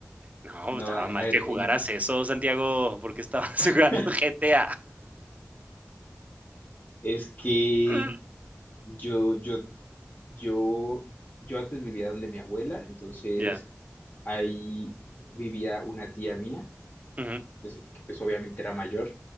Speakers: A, on the right; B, on the left.
A: No,
B: No,
A: estaba
B: a,
A: mal
B: a ver,
A: que
B: en-
A: jugaras eso, Santiago, porque estabas <laughs>
B: <laughs>
A: jugando GTA.
B: es que
A: <laughs>
B: yo, yo, yo, yo antes vivía donde mi abuela, entonces
A: Ya,
B: ahí vivía una tía mía,
A: ujú,
B: pues, que pues obviamente era mayor,